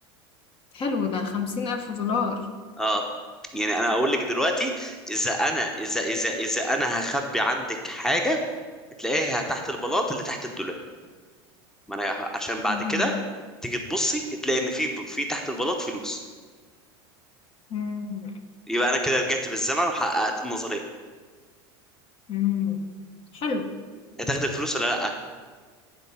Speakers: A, on the left; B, in the centre.
A: حلو ده خمسين ألف دولار
B: اه يعني انا اقول لك دلوقتي اذا انا اذا اذا اذا انا هخبي عندك حاجه هتلاقيها تحت البلاط اللي تحت الدولاب ما انا عشان بعد
A: مم.
B: كده تيجي تبصي هتلاقي ان في في تحت البلاط فلوس
A: مم.
B: يبقى انا كده رجعت بالزمن وحققت النظريه
A: مم. حلو
B: هتاخد الفلوس ولا لا